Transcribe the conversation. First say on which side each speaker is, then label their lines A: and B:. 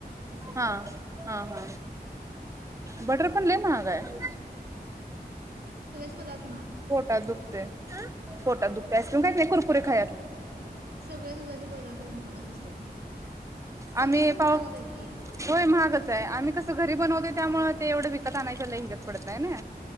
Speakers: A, on the right; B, on the right.
A: तसं.
B: हा हा हा बटर पण लय महाग आहे
A: <inaudible>
B: पोटात दुखत पोटात दुखत अस प काही
A: सग
B: नाही कुरकुे खा.
A: सगळे दुधाचे पदार्थ महागच असतात का पनीर
B: आम्ही
A: पण महागच
B: पाव
A: आहे की
B: होय महागच हाय आम्ही कस? री बनवते त्यामुळे ते एवढं विकत आणायच्या ल हिजत पडत नाही.